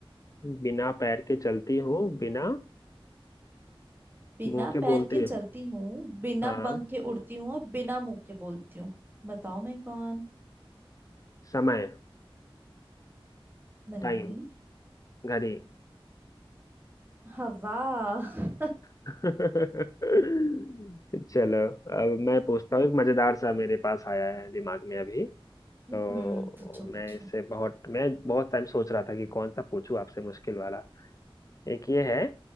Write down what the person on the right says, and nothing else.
बिना
पैर
के चलती
हूँ बिना
पंख के उड़ती हूँ और बिना मुंह के बोलती हूँ बताओ मैं कौन
नहीं
हवा <laughs>
हम्म
पूछो
पूछो